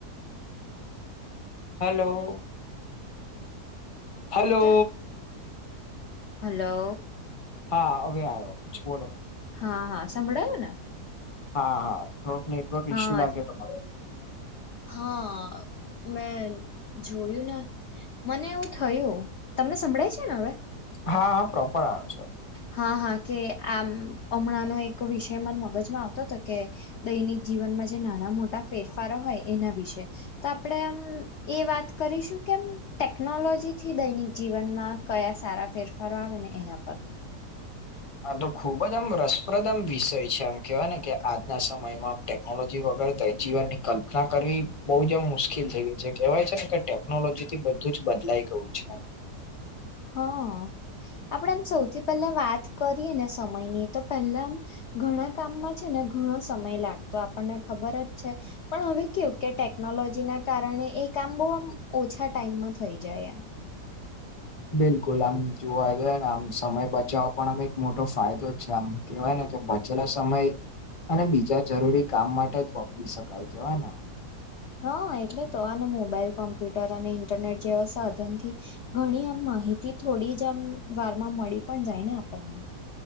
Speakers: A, on the left; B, on the left.
A: હાલો હલો
B: લઉં હલો
A: હા હવે આયો બોલો બોલો
B: હા હા સંભળાયું ને
A: હા હા થોડોક નેટવર્ક
B: હા
A: ઇશ્યુ લાગે તમારો
B: હા મેં જોયું ને મને એવું થયું તમને સંભળાય છે ને હવે
A: હા હા પ્રોપર આવે છે.
B: હા હા કે આમ હમણાંનો એક વિષય મને મગજમાં આવતો તો કે દૈનિક જીવનમાં જે નાના-મોટા ફેરફારો હોય એના વિશે. તો આપણે આમ એ વાત કરીશું કેમ ટેકનોલોજીથી દૈનિક જીવનમાં કયા સારા ફેરફારો આવે ને એના પર.
A: આ તો ખુબ જ આમ રસપ્રદ આમ વિષય છે, આમ કેવાય ને કે આજના સમયમાં ટે કનોલોજી વગર દૈ જીવનની કલ્પના કરવી બહુ જ આમ મુશ્કેલ થઈ ગઈ છે કેહવાય છે ને કે ટે કનોલોજીથી બધું જ બદલાઈ ગયું છે.
B: હા આપણેે આમ સૌથી પહેલા વાત કરીએને સમયની તો પહેલા આમ ઘણા કામમાં છે ને ઘણો સમય લાગતો, આપણને ખબર જ છે. પણ હવે કેવું કે ટેકનોલોજીના કારણે એ કામ બવ આમ ઓછા ટાઈમમાં થઈ જાય એમ.
A: બિલકુલ આમ. જોવા જઈએ ને આમ સમય બચાવવા પણ આમ એક મોટો ફાયદો જ છે આમ કેવાય ને કે બચેલા સ મય અને બીજા જરૂરી કામ માટે જ વપરી શકાય છે. હે ને?
B: હા, એટલે તો આને મોબાઈલ કોમ્પ્યુટર અને ઇન્ટરનેટ જેવા સાધનથી ઘણી આમ માહિતી થોડી જ આમ વારમાં મળી પણ જાય ને આપણને.